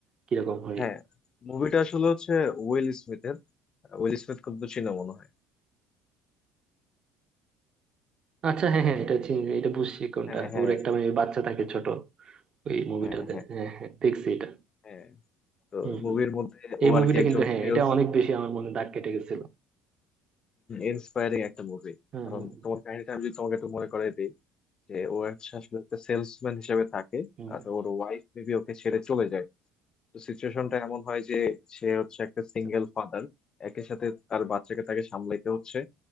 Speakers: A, on the right (about 45°); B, on the left (about 40°).
A: কিরকম হয়
B: হ্যাঁ মুভিটা আসলে হচ্ছে উইল স্মিথের উইল স্মিথ কিন্তু চিনো মনে হয়
A: আচ্ছা হ্যাঁ হ্যাঁ এটা চিনি এটা বুঝছি কোনটা
B: হ্যাঁ হ্যাঁ
A: ওর একটা মানে বাচ্চা থাকে ছোট ওই মুভিটাতে
B: হ্যাঁ হ্যাঁ
A: হ্যাঁ হ্যাঁ দেখছি এটা
B: হ্যাঁ তো
A: হম
B: মুভির
A: হম
B: মধ্যে
A: এই
B: ও
A: মুভিটা
B: আর কি একজন
A: কিন্তু হ্যাঁ
B: সেলস
A: এটা অনেক বেশি আমার মনে দাগ কেটে গেছিল
B: ইন্সপায়ারিং একটা মুভি
A: হম
B: কারণ
A: হম
B: তোমার কাহিনীটা আমি যদি তোমাকে একটু মনে করাই দিই যে ও হচ্ছে আসলে একটা সেলসম্যান হিসেবে থাকে
A: হম
B: আর ওর ওয়াইফ মেবি ওকে ছেড়ে চলে যায় তো সিচুয়েশনটা এমন হয় যে সে হচ্ছে একটা
A: আচ্ছা
B: সিঙ্গেল ফাদার একই সাথে তার বাচ্চাকে তাকে সামলাইতে হচ্ছে